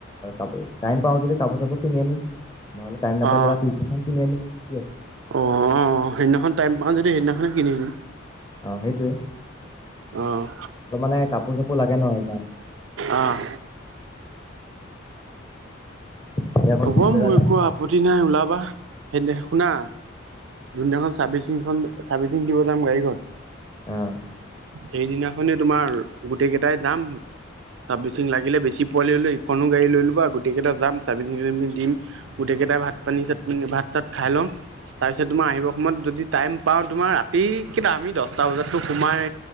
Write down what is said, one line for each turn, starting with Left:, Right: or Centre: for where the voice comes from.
Left: কাপোৰ টাইম পাওঁ যদি কাপোৰ চাপোৰ কিনি আনিম নহ'লে টাইম নাপালে
Right: অ'
Left: ৰাতি কিনি আনিম
Right: অ' সেইদিনাখন টাইম পাও যদি সেইদিনাখনে কিনি দিম।
Left: অ সেইটোয়ে
Right: অ'
Left: অলপ মানে কাপোৰ চাপোৰ লাগে ন সেইকাৰণে
Right: অ'
Left: এতিয়া অকণ
Right: হ'ব
Left: দূৰ জেগা
Right: মোৰ
Left: যাম
Right: একো
Left: যেতিয়া
Right: আপত্তি নাই ওলাবা সেইদে শুনা। যোন দিনাখন চাৰ্ভিচিংখন চাৰ্ভিচিং দিব যাম গাড়ীখন
Left: অহ।
Right: সেইদিনাখনে তোমাৰ গোটেই কেইটাই যাম চাৰ্ভিচিং লাগিলে বেছি পোৱালি হলে সিখনো গাডী লৈ ল'বা গোটেইটা যাম চাৰ্ভিচিং তাৰ্ভিচিং দিম গটে কেইটাই ভাত পানী চাত পানি ভাত- চাত খাই লম তাৰপিছত তোমাৰ আহিবৰ সময়ত যদি টাইম পাওঁ তোমাৰ ৰাতি কেইটা আমি দহটা বজাততো সোমাই